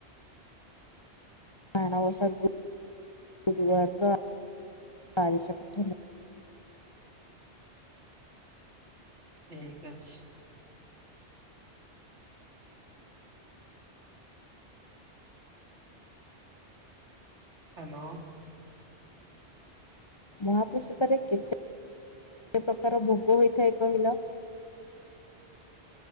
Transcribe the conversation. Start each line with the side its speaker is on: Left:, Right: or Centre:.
Left: ମାଣବସା ଗୁରୁବାର ବାରି <inaudible>
Right: ଠିକ ଅଛି। ହ୍ୟାଲୋ
Left: ମହାପ୍ରସାଦରେ କେତେ ପ୍ରକାର ଭୋଗ ହୋଇଥାଏ କହିଲ?